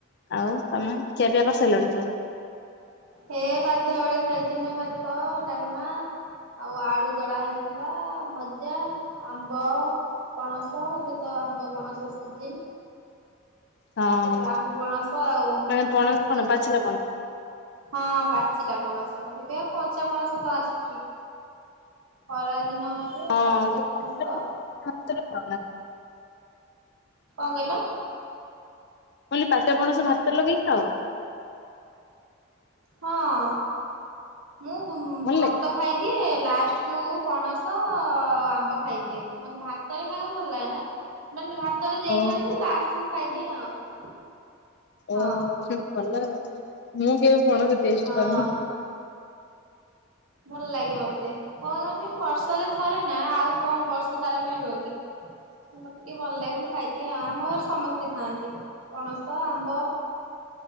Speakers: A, on the left; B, on the right.
A: ଆଉ ତମେ? ଖିଆପିଆ କରିସାରିଲୁଣିତୁ?
B: ହେ କାଧୁଆ ବଳେ ଖାଇଥିନୁ ଭାତ ଡ଼ାଲମା ଆଉ ଆଳୁ ଦଳା ହେଇଥିଲା ଭଜା ଆମ୍ବ ପଣସ ଏବେତ ଆମ୍ବ ପଣସ ସିଜିନ୍
A: ହଁ
B: ଏବେ ଆମ୍ବୁ ପଣସ ଆଉ
A: ମାନେ ପଣସ
B: ସବୁ
A: କଣ
B: ରଜରେ
A: ପାଚିଲା ପଣସ
B: ହଁ ପାଚିଲା ପଣସ ଏବେ ଆଉ କଞ୍ଚା ପଣସ କଣ ଆସୁଚି। ଖରା ଦିନ ଏବେ
A: ହଁ
B: ପାଚିଲା
A: ତମେ
B: ପଣସ ଆଉ।
A: <unintelligible>
B: କଁ କଇଁଲ?
A: ମୁକହଲି ପାଚିଲା ପଣସ ଭାତରେ ଲଗେଇ ଖାଅ?
B: ହଁ ମୁଁ ଭା
A: ଭଲ
B: ଭାତ
A: ଲାଗେ?
B: ଖାଇଦିଏ ଲାଷ୍ଟକୁ ପଣସ ଆମ୍ବ ଖାଇଦିଏ ମତେ ଭା ଭାତରେ ଖାଇବାକୁ ଭଲ ଲାଗେନା। ମାନେ ଭାତରେ ଦେଇଥାନ୍ତି
A: ଓହୋ
B: ମୁଁ ଲାଷ୍ଟକୁ ଖାଇଦିଏ ଆଉ। ହଁ
A: ଓହୋ ଭଲ ମୁଁ କେବେ ପଣସ ଟେଷ୍ଟ
B: ହଁ।
A: କରିନି।
B: ଭଲ ଲାଗେ ମତେ କଣ କଁନି ବର୍ଷରେ ଥରେନା ଆଉ କଣ ବର୍ଷ ସାରା ମିଳିବକି।
A: <inaudible>
B: ମତେ ଟିକେ ଭଲ ଲାଗେ ମୁଁ ଖାଇଦିଏ ଆମ ଘରେ ସମସ୍ତେ ଖାଆନ୍ତି ପଣସ ଆମ୍ବ